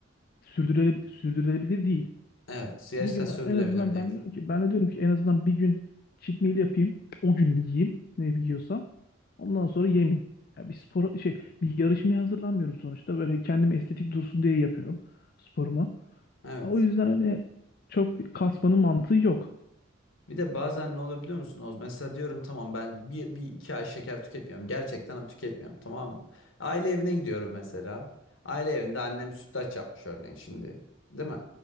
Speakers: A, on the left; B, on the left.
A: sürdürülebilir, sürdürülebilir değil.
B: Evet, siyasetten
A: Bir gün
B: sürdürülebilir
A: en azından
B: değil.
A: ben de diyorum ki ben de diyorum ki en azından bir gün cheat meal yapayım. O gün yiyeyim ne yiyorsam. Ondan sonra yemeyeyim. Ya bir spor şey bir yarışmaya hazırlanmıyorum sonuçta. Böyle kendim estetik dursun diye yapıyorum sporumu.
B: Evet.
A: Ha, O yüzden hani çok bir kasmanın mantığı yok.
B: Bir de bazen ne olabiliyor musunuz? Mesela diyorum tamam ben bir, bir iki ay şeker tüketmiyorum. Gerçekten tüketmiyorum tamam mı? Aile evine gidiyorum mesela. Aile evinde annem sütlaç yapmış örneğin şimdi. Değil mi?